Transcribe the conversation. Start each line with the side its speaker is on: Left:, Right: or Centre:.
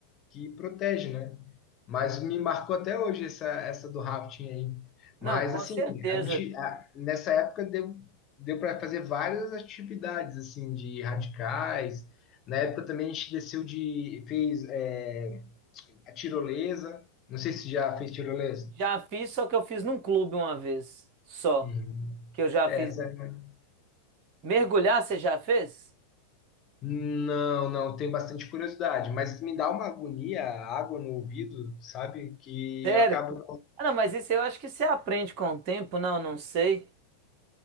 Left: que protege, né? Mas me marcou até hoje essa, essa do rafting aí.
Right: Não,
Left: Mas
Right: com
Left: assim,
Right: certeza.
Left: a gente a- nessa época deu, deu para fazer várias atividades assim de radicais. Na época também a gente desceu de fez é, a tirolesa. Não sei se já fez tirolesa.
Right: Já fiz, só que eu fiz num clube uma vez. Só.
Left: Uhum.
Right: Que eu já
Left: É,
Right: fiz.
Left: sério, né?
Right: Mergulhar, você já fez?
Left: Não, não, tenho bastante curiosidade, mas me dá uma agonia a água no ouvido, sabe? Que
Right: Sério?
Left: eu acabo.
Right: Ah, não, mas isso eu acho que você aprende com o tempo. Não, não sei.